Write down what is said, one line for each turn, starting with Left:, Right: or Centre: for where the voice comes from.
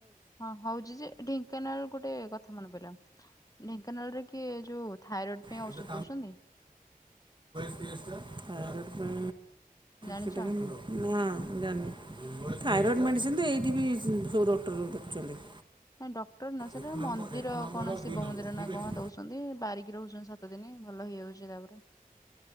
Left: ହଁ ହଉଛି ଯେ ଢେଙ୍କାନାଳ ଗୋଟେ କଥା ମନେ ପଇଲ ଢେଙ୍କାନାଳରେ କିଏ ଯୋଉ ଥାଇରଏଡ ପାଇଁ
Right: ଗୋଟେ
Left: ଔଷଧ ଦଉଛନ୍ତି।
Right: ଥାଇରଏଡ଼ ପାଇଁ
Left: ଜାଣିଛ?
Right: ସେଇଟା ବି ନୂଆଁ। ଜାଣି ଥାଇରଡ଼ ମେଡିସିନ ତ ଏଇଠି ବି ସବୁ ଡକ୍ଟର ଦେଖୁଛନ୍ତି।
Left: ନାଇଁ ଡଟ ସେଟା
Right: ଏକ ନମ୍ବର
Left: ମନ୍ଦିର
Right: ଏକ ନମ୍ବର
Left: କଣ
Right: ଆଉ
Left: ଶିବ
Right: ଦୁଇ ନମ୍ବର
Left: ମନ୍ଦିର
Right: ଠିକ୍
Left: ନା
Right: ଅଛି।
Left: କଣ ଦଉଛନ୍ତି ବାରିକି ରହୁଛନ୍ତି ସାତ ଦିନ ଭଲ ହେଇଯାଉଛି। ଜେଗା ଉପରେ।